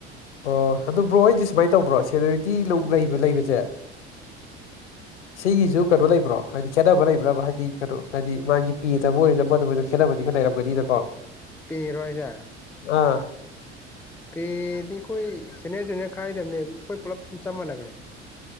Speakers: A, on the left; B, in the centre.
A: ꯑꯣ ꯑꯗꯨ ꯕ꯭ꯔꯣ ꯍꯣꯏꯗꯤ ꯁꯨꯃꯥꯏꯅ ꯇꯧꯕ꯭ꯔꯣ ꯁꯦꯅꯨꯔꯤꯇꯤ ꯂ ꯂꯩꯕ ꯂꯩꯕꯁꯦ ꯁꯤꯒꯤꯁꯨ ꯀꯩꯅꯣ ꯂꯩꯕ꯭ꯔꯣ ꯍꯥꯏꯗꯤ ꯈꯦꯠꯅꯕ ꯂꯩꯕ꯭ꯔꯕ ꯍꯥꯏꯗꯤ ꯀꯩꯅꯣ ꯍꯥꯏꯗꯤ ꯃꯥꯒꯤ ꯄꯦꯗꯕ ꯑꯣꯏꯔ ꯃꯗ ꯑꯣꯏꯣꯏꯗ ꯈꯦꯠꯅꯕꯗꯤ ꯈꯔ ꯂꯩꯔꯝꯒꯅꯤꯅꯀꯣ
B: ꯄꯤꯔꯔꯣꯢꯌꯦ
A: ꯑꯥ
B: ꯐꯦꯗꯤ ꯑꯩꯈꯣꯏ ꯁꯦꯅꯤꯌꯔ ꯖꯨꯅꯤꯌꯔ ꯈꯥꯏꯗꯕꯅꯦ ꯑꯩꯈꯣꯏ ꯄꯨꯂꯞ ꯁꯨꯝ ꯆꯞ ꯃꯥꯟꯅꯕꯅꯦ